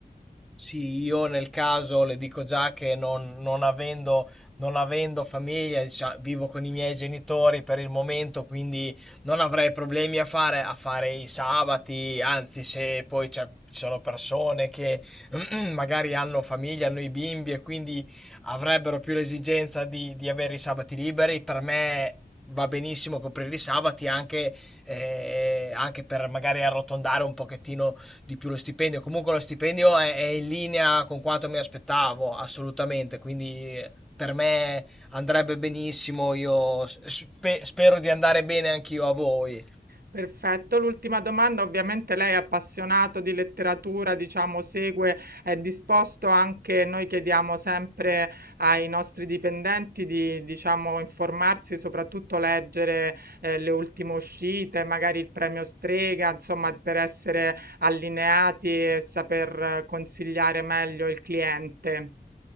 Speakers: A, in the centre; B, on the right.
A: Sì, io nel caso le dico già che non, non avendo, non avendo famiglia, dicia- vivo con i miei genitori per il momento, quindi non avrei problemi a fare, a fare i sabati, anzi, se poi c'è- ci sono persone che <clears throat> magari hanno famiglia, hanno i bimbi e quindi avrebbero più l'esigenza di, di avere i sabati liberi, per me va benissimo coprire i sabati anche, eh, anche per magari arrotondare un pochettino di più lo stipendio. Comunque lo stipendio è, è in linea con quanto mi aspettavo, assolutamente. Quindi eh, per me andrebbe benissimo. Io spe- spero di andare bene anch'io a voi.
B: Perfetto. L'ultima domanda, ovviamente lei è appassionato di letteratura, diciamo, segue, è disposto anche, noi chiediamo sempre ai nostri dipendenti di, diciamo, informarsi, soprattutto leggere eh, le ultime uscite, magari il premio Strega, insomma, per essere allineati e saper eh, consigliare meglio il cliente.